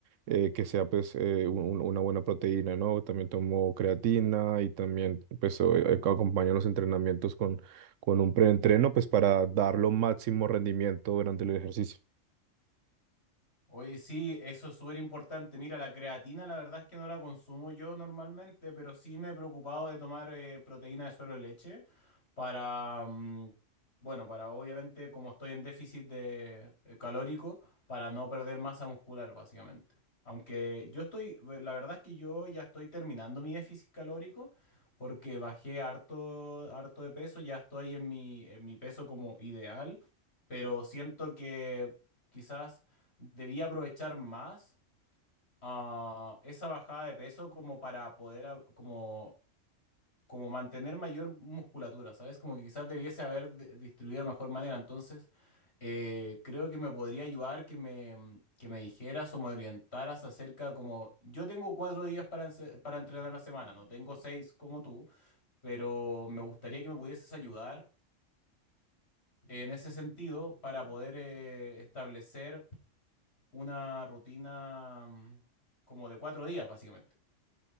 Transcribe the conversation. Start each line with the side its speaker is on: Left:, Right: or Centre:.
Right: eh, que sea pues eh, un- un- una buena proteína, ¿no? También tomo creatina y también pues o- eh, acompaño los entrenamientos con un preentreno, pues para dar lo máximo rendimiento durante el ejercicio.
Left: Oye, sí, eso es súper importante. Mira, la creatina la verdad es que no la consumo yo normalmente, pero sí me he preocupado de tomar eh, proteína de suero de leche para, mm, bueno, para obviamente como estoy en déficit de eh, calórico, para no perder masa muscular básicamente. Aunque yo estoy, eh, la verdad es que yo ya estoy terminando mi déficit calórico porque bajé harto, harto de peso, ya estoy en mi, en mi peso como ideal, pero siento que quizás debía aprovechar más ah, esa bajada de peso como para poder a- como, como mantener mayor musculatura, ¿sabes? Como que quizás debiese haber de- distribuido de mejor manera. Entonces, eh, creo que me podría ayudar que me, que me dijeras o me orientaras acerca como yo tengo cuatro días para, ense- para entrenar a la semana, no tengo seis como tú, pero me gustaría que me pudieses ayudar en ese sentido para poder eh, establecer una rutina mm, como de cuatro días, básicamente.